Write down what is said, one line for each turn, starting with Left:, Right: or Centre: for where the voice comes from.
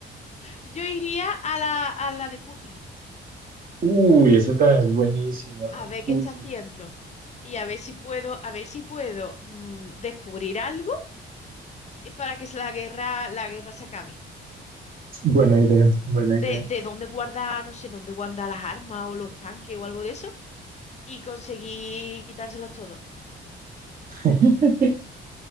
Left: yo iría a la, a la de Putin,
Right: Uy, eso también es buenísimo,
Left: a
Right: la de
Left: ver
Right: Putin.
Left: qué está haciendo y a ver si puedo, a ver si puedo mm, descubrir algo eh, para que la guerra, la guerra se acabe.
Right: Buena idea, buena
Left: De,
Right: idea.
Left: de dónde guarda, no sé, dónde guarda las armas o los tanques o algo de eso y conseguir quitárselos todos.
Right: <laughs>